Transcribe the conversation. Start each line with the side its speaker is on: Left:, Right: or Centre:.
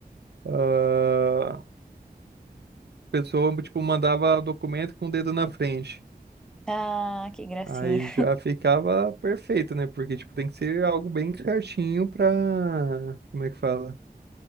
Right: Ah, A pessoa, tipo, mandava o documento com o dedo na frente.
Centre: Ah, que gracinha.
Right: Aí já ficava perfeito, né? Porque, tipo, tem que ser algo bem certinho pra... Como é que fala?